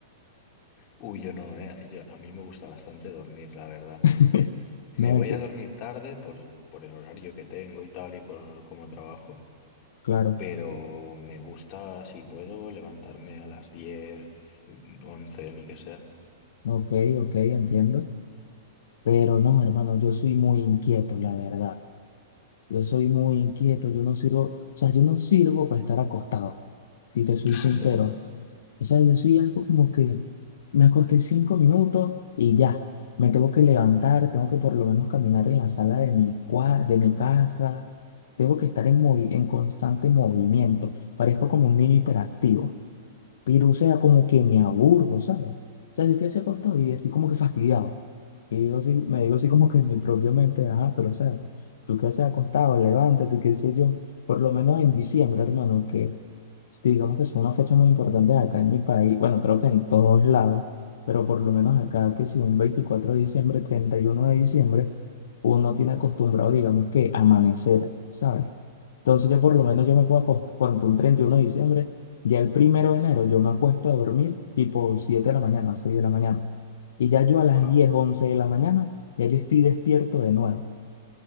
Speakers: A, on the left; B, on the left.
A: Uy, yo no, eh, yo- a mí me gusta bastante dormir, la verdad.
B: <laughs>
A: Me
B: No
A: voy
B: es que,
A: a dormir tarde por, por el horario que tengo y tal y por cómo trabajo,
B: claro,
A: pero me gusta, si puedo, levantarme a las diez once ni que sea.
B: ok, ok, entiendo. Pero no, hermano, yo soy muy inquieto, la verdad. Yo soy muy inquieto, yo no sirvo, o sea, yo no sirvo para estar acostado, si te soy
A: <laughs>
B: sincero. O sea, yo soy algo como que me acosté cinco minutos y ya. Me tengo que levantar, tengo que por lo menos caminar en la sala de mi, cua- de mi casa. Tengo que estar en, movi- en constante movimiento. Parezco como un niño hiperactivo. Pero, o sea, como que me aburro, ¿sabes? O sea, yo estoy así acostado y estoy como que fastidiado. Y digo así, me digo así como que en mi propia mente, ajá, pero, o sea, tú qué haces acostado, levántate, qué sé yo. Por lo menos en diciembre, hermano, que digamos que es una fecha muy importante acá en mi país, bueno, creo que en todos lados, pero por lo menos acá, que si un 24 de diciembre, 31 de diciembre, uno tiene acostumbrado, digamos que amanecer, ¿sabes? Entonces yo por lo menos yo me puedo acostar, por un 31 de diciembre. Ya el primero de enero yo me acuesto a dormir tipo 7 de la mañana, 6 de la mañana. Y ya yo a las
A: Wow.
B: 10 11 de la mañana, ya yo estoy despierto de nuevo.